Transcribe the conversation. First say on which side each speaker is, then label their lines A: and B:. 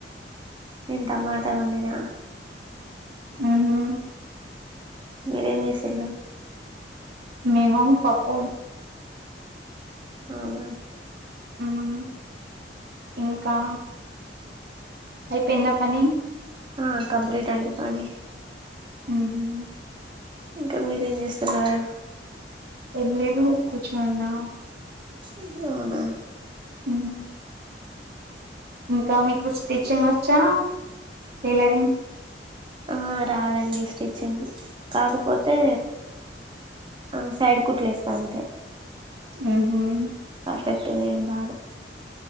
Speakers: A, on the right; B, on the right.
A: నేన్ టమాటా వండినా
B: ఊహుం
A: మీరేం జేసిల్లు
B: మేము పప్పు
A: అవునా
B: ఉమ్ ఇంకా అయిపోయిందా పని
A: ఆ కంప్లీలీట్ అండి పని
B: ఉహుమ్
A: ఇంకా మీరేం చేస్తున్నారు
B: ఎమిలేదు కూర్చుని ఉన్నా
A: అవునా
B: ఉమ్ ఇంకా మీకు స్టిచ్చింగ్ వచ్చా టైలరింగ్
A: ఆ రాదండి స్టిచ్చింగ్ కాకపోతే ఆ సైడ్ కుట్లేస్తా అంతే
B: ఉహుమ్
A: పెద్దదేం కాదు